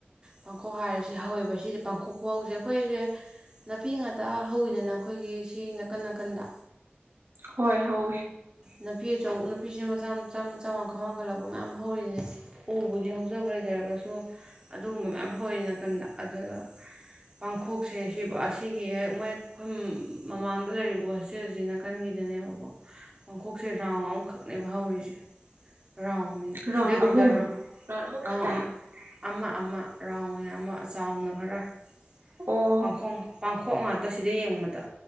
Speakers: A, on the right (about 20°); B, on the right (about 75°).
A: ꯄꯥꯡꯈꯣꯛ ꯍꯥꯏꯔꯤꯁꯤ ꯍꯧꯋꯦꯕꯁꯤ ꯄꯥꯡꯈꯣꯈ ꯦꯈꯣꯏ ꯍꯖꯦ ꯅꯥꯄꯤ ꯉꯥꯛꯇ ꯍꯧꯋꯤꯗꯅ ꯑꯩꯈꯣꯏꯒꯤ ꯁꯤ ꯅꯥꯀꯟ ꯅꯥꯀꯟꯗ
B: ꯍꯣꯏ ꯍꯋꯦ
A: ꯅꯨꯄꯤ ꯑꯆ ꯅꯨꯄꯤꯁꯤꯦ ꯃꯆꯥ ꯃꯆꯥ ꯃꯆꯥ ꯋꯥꯡꯈꯜ ꯋꯥꯡꯈꯠꯂꯛꯄ ꯃꯌꯥꯝ ꯍꯧꯔꯤꯁꯅꯦ ꯎꯕꯨꯗꯤ ꯍꯧꯖꯕ꯭ꯔ ꯍꯥꯏꯖꯔ ꯁꯨ ꯑꯗꯨꯒꯨꯝꯕ ꯃꯌꯥꯝ ꯍꯧꯋ ꯅꯥꯀꯟꯗ ꯑꯗꯨꯗ ꯄꯥꯡꯊꯣꯛꯁꯦ ꯑꯁꯤꯒꯤ ꯍꯦꯛ ꯃꯣꯏꯈꯣꯏ ꯃꯃꯥꯡꯗ ꯂꯩꯔꯤꯕ ꯍꯣꯁꯇꯦꯜꯁꯤꯅ ꯀꯟꯒꯤ ꯁꯤꯗꯅꯦꯕꯀꯣ ꯄꯥꯡꯈꯣꯛꯁꯦ ꯔꯥꯎꯟ ꯑꯃꯈꯛꯅꯦꯕ ꯍꯧꯔꯤꯁꯦ ꯔꯥꯎꯟ ꯑꯣꯏꯅ
B: ꯔꯥꯎꯟ
A: ꯁꯤꯗꯩ
B: ꯑꯍꯨꯝ
A: ꯎꯗ ꯔꯥꯎ
B: ꯑꯍꯨꯝ
A: ꯔꯥꯎꯟ
B: ꯈꯛꯇ
A: ꯑꯃ ꯑꯃ ꯔꯥꯎꯟ ꯑꯣꯏꯅ ꯑꯃ ꯑ ꯆꯥꯎꯅ ꯈꯔꯈꯣꯛ
B: ꯑꯣ
A: ꯄꯥꯡꯈꯣꯛ ꯉꯥꯛꯇ ꯁꯤꯗ ꯌꯦꯡꯨꯕꯗ